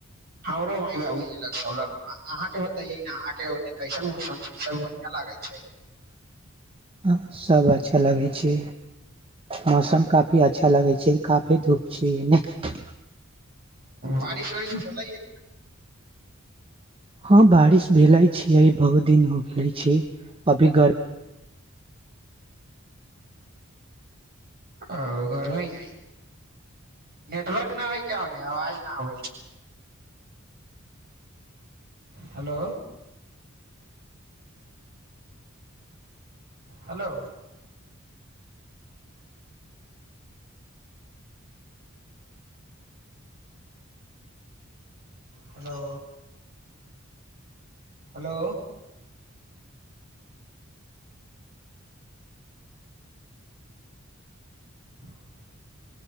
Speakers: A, on the right; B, on the right.
A: हमरो मााय बाबूग अहाँके मत य अहाँके कैसन मौसम छै सब बढ़िआँ लागै छै
B: हँ, सब अच्छा लगै छै मौसम काफी अच्छा लगै छै काफी धूप छ नहि
A: बारिश उआरिस भेललैया
B: हँ बारिश भेले छीय बहुत दिन हो गेले छै अभी गर्मी
A: ओ गरमी हइ नेटवर्क न होइ कओ नहि अवाज न होइ छै हेलो हेलो हेलो हेलो <unintelligible>